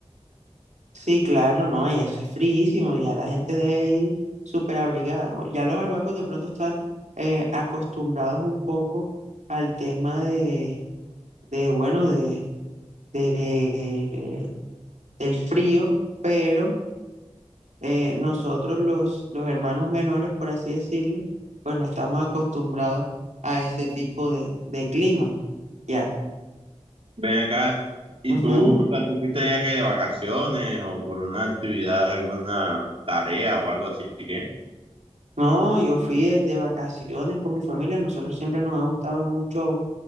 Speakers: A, on the right (about 85°); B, on the right (about 50°).
A: Sí, claro, no, ya hace fríísimo, ya la gente debe ir súper abrigada. O- Ya los arhuacos de pronto están eh, acostumbrados un poco al tema de, de, bueno, de, de- del frío, pero eh, nosotros los, los hermanos menores, por así decirlo, pues no estamos acostumbrados a ese tipo de, de clima, ya.
B: Ven acá, y
A: Ujú.
B: tú, o sea, tú fuiste ya que de vacaciones o por una actividad, alguna tarea o algo así, ¿qué?
A: No, yo fui de, de vacaciones con mi familia, nosotros siempre nos ha gustado mucho